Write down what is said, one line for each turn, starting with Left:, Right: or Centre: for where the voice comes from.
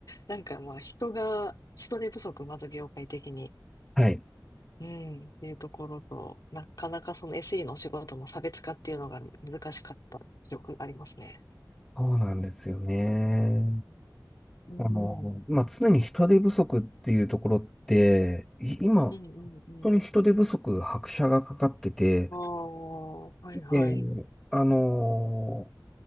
Left: なんかまあ人が、人手不足、まず業界的に。
Centre: はい。
Left: うん。っていうところと、なかなかその SE のお仕事の差別化っていうのが難しかった記憶がありますね。
Centre: そうなんですよね。
Left: うん。
Centre: あの、まあ、常に人手不足っていうところって、い今、
Left: うんうんうん。
Centre: 本当に人手不足、拍車がかかってて、
Left: ああ、はいはい。
Centre: で、あの、